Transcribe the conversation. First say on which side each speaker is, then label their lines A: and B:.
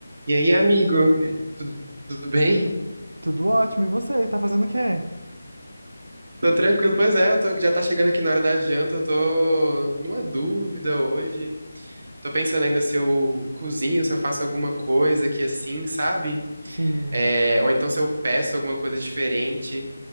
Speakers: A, on the right; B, on the right.
A: E aí, amigo? Tudo, tudo bem?
B: Tudo ótimo, e você? Tá fazendo o quê?
A: Tô tranquilo. Pois é, eu tô, já tá chegando aqui na hora da janta, eu tô numa dúvida hoje. Tô pensando ainda se eu cozinho, se eu faço alguma coisa aqui assim, sabe?
B: Sim,
A: É, ou então se eu peço alguma coisa diferente.